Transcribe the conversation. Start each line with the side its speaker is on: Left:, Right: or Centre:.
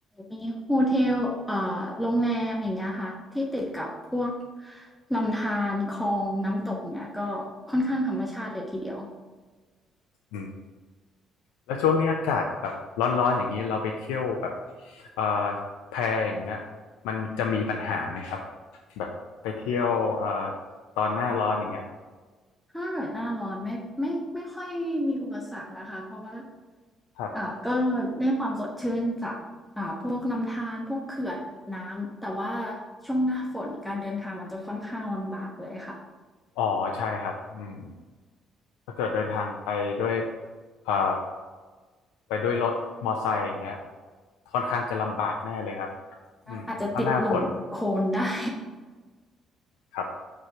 Centre: มีโฮเทลเอ่อโรงแรมอย่างเงี้ยค่ะที่ติดกับพวกลำธารคลองน้ำตกเงี้ยก็ค่อนข้างธรรมชาติเลยทีเดียว
Left: อืมแล้วช่วงนี้อากาศแบบร้อนๆอย่างนี้เราไปเที่ยวแบบเอ่อแพอย่างเงี้ยมันจะมีปัญหาไหมครับแบบไปเที่ยวเอ่อตอนหน้าร้อนอย่างเงี้ย
Centre: ถ้าเกิดหน้าร้อนไม่ไม่ไม่ค่อยมีอุปสรรคนะคะเพราะว่า
Left: ครับ
Centre: อ่าก็ได้ความสดชื่นจากอ่าพวกลำธารพวกเขื่อนน้ำแต่ว่าช่วงหน้าฝนการเดินทางมันจะค่อนข้างลำบากเลยค่ะ
Left: อ๋อใช่ครับอืมถ้าเกิดเดินทางไปด้วยเอ่อไปด้วยรถมอไซค์อย่างเงี้ยค่อนข้างจะลำบากแน่เลยครับ
Centre: อาอาจจะติดหลุ่มโคลนได้
Left: อืมถ้าหน้าฝนครับ